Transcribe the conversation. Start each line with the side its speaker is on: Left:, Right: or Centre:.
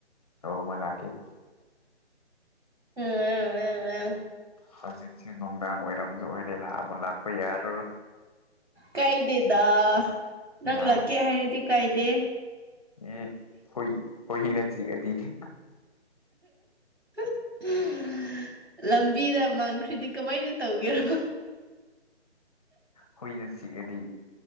Left: ꯅꯣꯡꯃ ꯂꯥꯛ꫰ꯀꯦ
Right: ꯎꯝ
Left: ꯍꯧꯖꯤꯛꯁꯦ ꯅꯨꯡꯗꯥꯡ ꯑꯣꯏꯔꯝꯁꯨ ꯑꯣꯏꯔꯦ ꯂꯥꯛꯑꯕ ꯂꯥꯛꯄ ꯌꯥꯔꯔꯣꯏ
Right: ꯀꯥꯏꯗꯦꯗ ꯅꯪ
Left: ꯌꯥꯔꯣꯏ
Right: ꯂꯛꯀꯦ ꯍꯥꯏꯔꯗꯤ ꯀꯥꯏꯗꯦ
Left: ꯑꯦ ꯍꯣꯏ ꯍꯣꯏ ꯍ ꯅ ꯆꯤꯑꯗꯤꯅꯦ
Right: <inaudible> ꯂꯝꯕꯤꯗ ꯃꯥꯡꯈ꯭ꯔꯤꯗꯤ ꯀꯃꯥꯏꯅ ꯇꯧꯒꯦꯔ
Left: ꯍꯨꯏꯅ ꯆꯤꯛꯑꯗꯤ